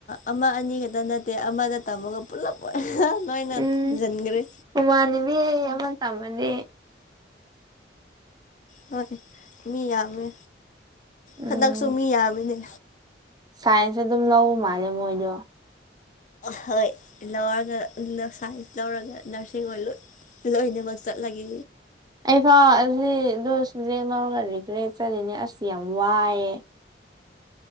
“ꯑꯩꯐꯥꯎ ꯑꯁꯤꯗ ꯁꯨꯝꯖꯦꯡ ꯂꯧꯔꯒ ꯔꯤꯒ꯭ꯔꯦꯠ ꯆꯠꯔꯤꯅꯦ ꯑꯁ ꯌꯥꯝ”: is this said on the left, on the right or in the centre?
Right